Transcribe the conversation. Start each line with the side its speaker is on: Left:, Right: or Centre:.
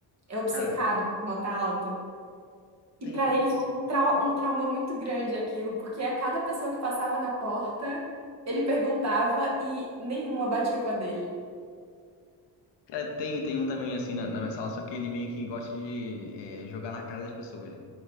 Right: É obcecado
Left: Cara,
Right: por nota alta. E
Left: tem.
Right: para ele
Left: esse-
Right: foi um, trau- um trauma muito grande aquilo, porque a cada pessoa que passava na porta, ele perguntava e nenhuma batia com a dele.
Left: Cara, tem, tem um também assim na, na minha sala, só que ele meio que gosta de é, jogar na cara das pessoas, né?